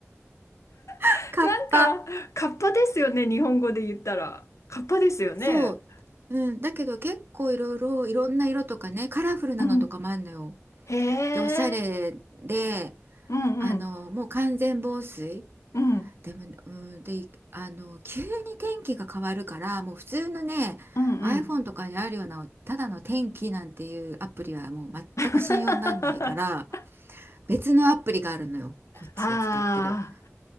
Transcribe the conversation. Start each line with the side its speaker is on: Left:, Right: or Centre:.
Right: <laughs>
Left: <laughs>
Right: カッパ。
Left: なんか、カッパですよね。日本語で言ったら。カッパですよね。
Right: そう。うん、だけど結構いろいろ、いろんな色とかね、カラフルなのとかもあるのよ。
Left: うん。へえ。
Right: で、おしゃれで、
Left: うんうん。
Right: あの、もう完全防水。
Left: うん。
Right: でもね、うん、で、あの、急に天気が変わるから、もう普通のね、
Left: うんうん。
Right: iPhone とかにあるような、ただの天気なんていうアプリはもう全く信用にならないから、
Left: <laughs>
Right: 別のアプリがあるのよ、こっちで使ってる。
Left: ああ、